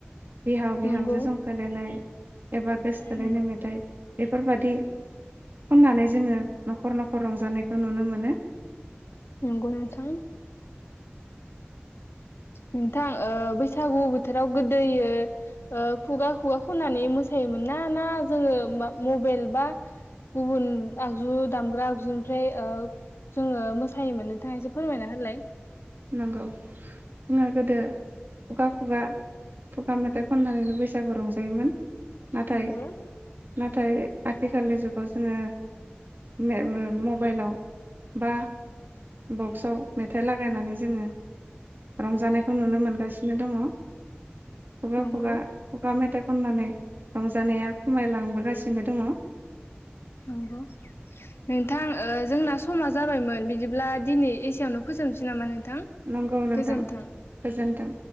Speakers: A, on the right; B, on the left.
A: बिहाव
B: नंगौ
A: बिहामजो जंखायलायनाय एबा गोसोथोलायनाय
B: नंगौ
A: मेथाइ बेफोरबादि खननानै जोङो न'खर न'खर रंजानायखौ नुनो मोनो।
B: नंगौ नोंथां। नोंथां ओ बैसागु बोथोराव गोदोयो ओ खुगा खुगा खननानै मोसायोमोन ना ना जोङो मबाइल बा गुबुन आगजु दामग्रा आगजुनिफ्राय ओ जोङो मोसायोमोन नोंथाङा एसे फोरमायना होनलाय।
A: नंगौ जोङो गोदो खुगा खुगा, खुगा मेथाइ खननानैनो बैसागु रंजायोमोन। नाथाय
B: नंगौ
A: नाथाय आथिखालनि जुगाव जोङो मे-मे-मबाइलाव बा बक्सआव मेथाइ लागायनानै जोङो रंजानायखौ नुनो मोनगासिनो दङ। खुगा
B: नंगौ
A: खुगा खुगा मेथाइ खननानै रंजानाया खमायलांबोगासिनो दङ।
B: नंगौ नोंथां ओ जोंना समा जाबायमोन बिदिब्ला दिनै एसेयावनो फोजोबनोसै नामा नोंथां
A: नंगौ नांथां
B: गोजोन्थों
A: गोजोनथों।